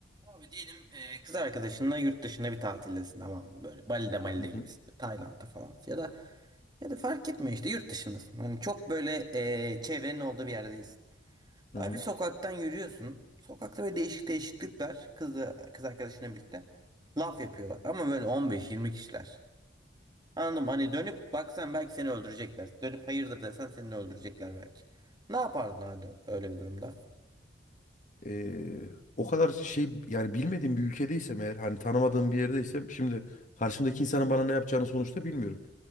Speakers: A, on the right; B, on the left.
A: Abi diyelim e, kız arkadaşınla yurt dışında bir tatildesin tamam mı? Böyle Bali'de Mali'de
B: Hı hı.
A: gibisin. Tayland'da falan. Ya da ya da fark etmiyor işte yurt dışındasın. Hani çok böyle e, çevrenin olduğu bir yerdeyiz.
B: Hı
A: Abi
B: hı.
A: bir sokaktan yürüyorsun. Sokakta böyle değişik değişiklikler kızı, kız arkadaşınla birlikte laf yapıyorlar. Ama böyle 15-20 kişiler. Anladım hani dönüp baksan belki seni öldürecekler. Dönüp hayırdır desen seni de öldürecekler belki. Ne yapardın öyle, öyle bir durumda?
B: Ee, o kadar şey yani bilmediğim bir ülkedeysem eğer hani tanımadığım bir yerdeysem şimdi karşımdaki insanın bana ne yapacağını sonuçta bilmiyorum.